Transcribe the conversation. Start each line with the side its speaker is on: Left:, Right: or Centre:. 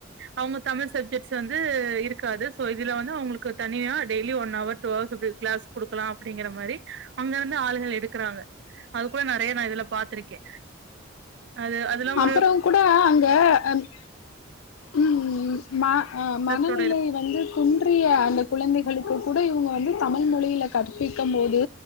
Right: அவங்க தமிழ் சப்ஜெக்ட்ஸ் வந்து இருக்காது சோ இதுல வந்து அவங்களுக்கு தனியா daily one hour two hours class குடுக்கலா அப்டிங்கிற மாரி அங்க இருந்து ஆளுகள் எடுக்கிறாங்க அதுக்குட நா நெறைய நா இதுல பாத்திருக்கே அது அதெல்லா
Left: அப்பறம்
Right: ஒரு
Left: கூட அங்க அம் ம் ம் ம ஆ
Right: இன்ட்ரெஸ்டோட
Left: மனநிலை வந்து குன்றிய அந்த குழந்தைகளுக்கு கூட இவங்க வந்து தமிழ் மொழியில கற்பிக்கும் போது